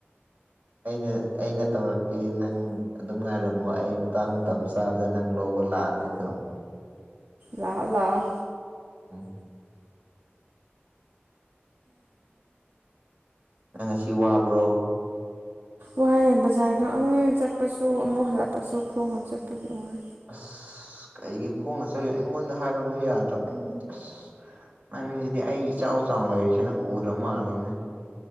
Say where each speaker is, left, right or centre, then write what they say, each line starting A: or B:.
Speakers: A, on the right; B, on the right.
A: ꯑꯩꯅ ꯑꯩꯅ ꯇꯧꯔꯛꯀꯦ ꯅꯪ ꯑꯗꯨꯝ ꯉꯥꯏꯔꯝꯃꯣ ꯑꯩ ꯃꯇꯥꯡ ꯃꯇꯝ ꯆꯥꯕꯗ ꯅꯪ ꯂꯧ ꯂꯥꯛꯑꯅꯤ ꯗꯨꯝ
B: ꯂꯥꯛꯑꯣ ꯂꯥꯛꯑꯣ
A: ꯎꯝ ꯅꯪ ꯉꯁꯤ ꯋꯥꯕ꯭ꯔꯣ
B: ꯋꯥꯏꯌꯦ ꯕꯖꯥꯔꯗ ꯑꯥꯏ ꯆꯠꯄꯁꯨ ꯑꯃꯨꯛ ꯍꯜꯂꯛꯄꯁꯨ ꯈꯣꯡꯅ ꯆꯠꯄꯒꯤ ꯋꯥꯏ
A: ꯑꯁ ꯀꯩꯒꯤ ꯈꯣꯡꯅ ꯆꯠꯂꯤ ꯑꯩꯉꯣꯟꯗ ꯍꯥꯏꯔꯛꯎ ꯌꯥꯗ꯭ꯔꯣ ꯑꯩ ꯑꯁ ꯅꯪꯖꯤꯗꯤ ꯑꯩ ꯏꯆꯥꯎ ꯆꯥꯎꯅ ꯂꯩꯔꯤꯁꯦ ꯅꯪ ꯎꯗ꯭ꯔ ꯃꯥꯜꯂꯦꯅꯦ